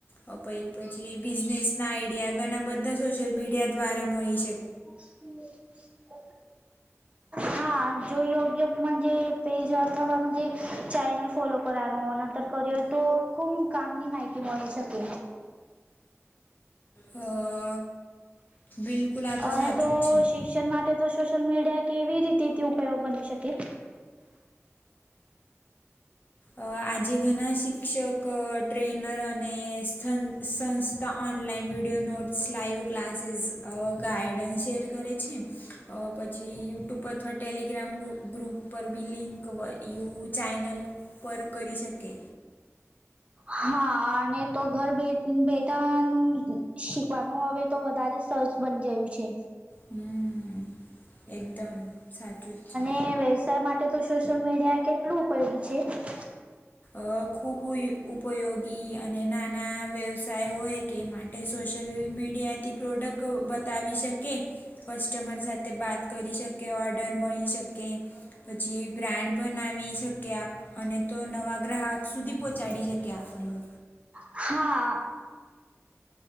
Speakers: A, on the left; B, on the right.
A: અહ પહી પછી બિઝનેસ ના આઈડિયા ઘણા બધા સોશિયલ મીડિયા દ્વારા <unintelligible>
B: <inaudible> હા. જો યોગ્ય મજે પેજ અથવા મજે ચેનલ ફોલો કરાનો નતર કર્યો તો ખૂબ કામની માહિતી મળી શકે.
A: અ બિલકુલ આ
B: અને
A: સાચું
B: તો
A: જ છે
B: શિસ્સન માટે તો શુંસ સોશિયલ મીડિયા કેવી રીતેથી ઉપયોગ બની શકે.
A: અ આજે ઘના શિક્ષક ટ્રેનર અને સંન સંસ્થા online video notes live classes guidance share કરે છે. અ પછી યુટ્યુબ અથવા ટેલિગ્રામ ગુ ગ્રુપ પર બી લિંક વ યુ ચાઈનલ પર કરી શકે.
B: હા અને તો ઘર બે બેઠાનું શીખવાનું હવે તો વધારે સહજ બની ગયું છે.
A: હમ એકદમ સાચું જ છે.
B: ને વ્યવસાય માટે તો સોશિયલ મીડિયા કેટલું ઉપયોગી છે.
A: અ ખૂબ ઉપયોગી અને નાના વ્યવસાય હોય કે મા ટે સોશિયલ મીડિયાથી પ્રોડક્ટ બતાવી શકે કસ્ટમર સાથે વાત કરી શકે ઓર્ડર મળી શકે. પછી બ્રાન્ડ બનાવી શકે આપ અને તો નવા ગ્રાહક સુધી પહોંચાડી શકે આપણન.
B: હા.